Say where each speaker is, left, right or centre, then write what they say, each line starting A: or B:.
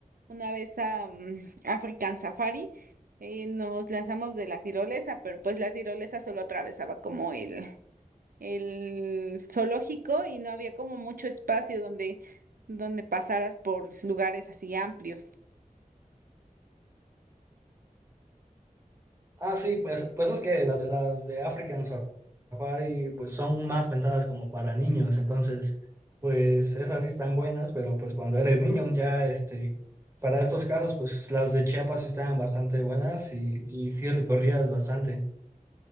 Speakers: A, on the right; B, on the right.
A: una vez a mm, African Safari, eh, nos lanzamos de la tirolesa, pero pues la tirolesa solo atravesaba como el el zoológico y no había como mucho espacio donde, donde pasaras por lugares así amplios.
B: Ah, sí, pues, pues es que la de- las de African Safari pues son más pensadas como para niños, entonces pues esas sí están buenas, pero pues cuando eres niño ya este, para estos casos pues las de Chiapas sí estaban bastante buenas y, y sí recorrías bastante.